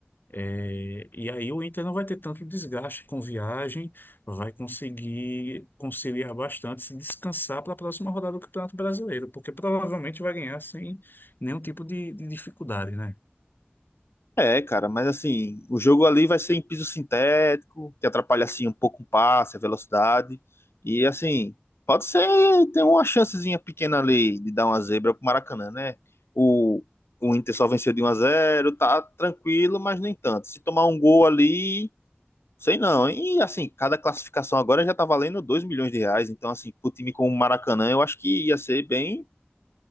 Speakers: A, on the left; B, on the left.
A: É, e aí o Inter não vai ter tanto desgaste com viagem, vai conseguir conciliar bastante, se descansar para a próxima rodada do Campeonato Brasileiro, porque provavelmente vai ganhar sem nenhum tipo de, de dificuldade, né?
B: É, cara, mas assim, o jogo ali vai ser em piso sintético, que atrapalha assim um pouco o passe, a velocidade. E assim, pode ser ter uma chancezinha pequena ali de dar uma zebra pro Maracanã, né? O, o Inter só venceu de um a zero, tá tranquilo, mas nem tanto. Se tomar um gol ali, sei não. E assim, cada classificação agora já tá valendo 2 milhões de reais, então assim, pro time como o Maracanã, eu acho que ia ser bem